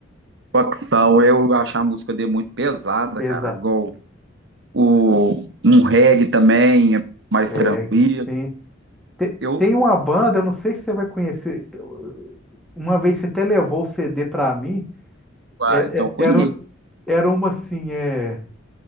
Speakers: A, on the right (about 60°); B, in the centre.
A: Facção, eu acho a música dele muito pesada,
B: Pesado.
A: cara. Igual o, um reggae também, é mais
B: É,
A: tranquilo.
B: sim. Te-
A: Eu,
B: Tem uma banda, eu não sei se você vai conhecer. eu- Uma vez você até levou o CD pra mim.
A: ah,
B: É-
A: então
B: é-
A: conheço.
B: Era, um, era uma assim, é,